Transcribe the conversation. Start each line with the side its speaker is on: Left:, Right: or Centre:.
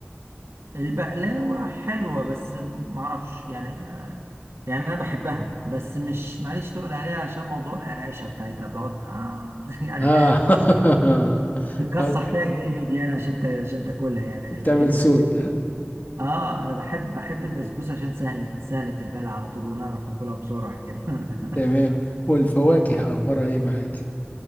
Right: البقلاوه حلوه بس معرفش يعني آه يعني انا بحبها بس مش معليش تقول عليها عشان موضوع القرقشه بتاعتها بتقعد آه <laughs> يعني
Left: اه <laughs>
Right: تكسر
Left: آه،
Right: فيها جامد يعني عشان ت- عشان تاكلها يعني
Left: بتعمل
Right: لكن
Left: صوت ها
Right: اه انا بحب بحب البسبوسه عشان سهله سهله البلع على طول ونعرف ناكلها بسرعه كده <laughs>
Left: تمام والفواكه اخبارها ايه معاك